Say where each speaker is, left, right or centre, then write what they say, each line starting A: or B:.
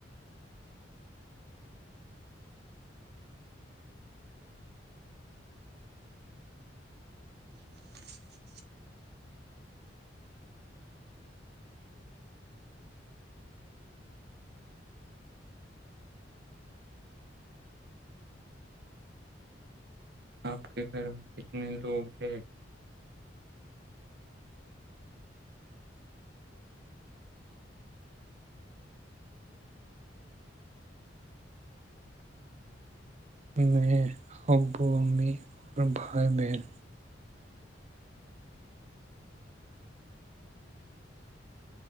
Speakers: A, on the right (about 60°); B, on the right (about 40°).
A: <inaudible> آپ کے گھر میں کتنے لوگ ہے
B: میں ابو امی اور بھائی بہن